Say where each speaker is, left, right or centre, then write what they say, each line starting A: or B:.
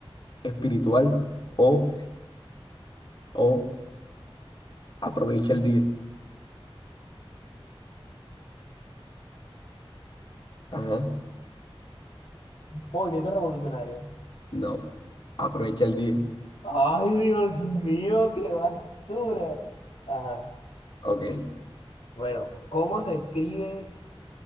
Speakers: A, on the left; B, on the left.
A: espiritual o, o aprovecha el día. Ajá.
B: Movimiento revolucionario.
A: No. Aprovecha el día.
B: Ay, Dios mío, qué basura. Ajá.
A: Ok.
B: Bueno, ¿cómo se escribe?